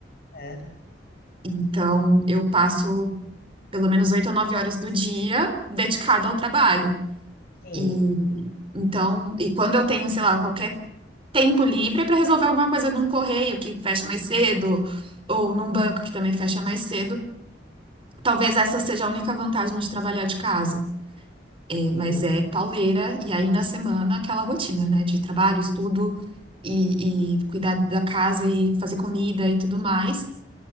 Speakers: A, on the left (about 55°); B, on the right (about 30°).
A: É,
B: Então, eu passo pelo menos oito ou nove horas do dia dedicada ao trabalho.
A: sim,
B: E então, e quando eu tenho, sei lá, qualquer tempo livre para resolver alguma coisa num correio que fecha mais cedo, ou num banco que também fecha mais cedo. Talvez essa seja a única vantagem de trabalhar de casa. É,
A: sim.
B: mas é pauleira e aí na semana aquela rotina, né? De trabalho, estudo e, e cuidar da casa e fazer comida e tudo mais.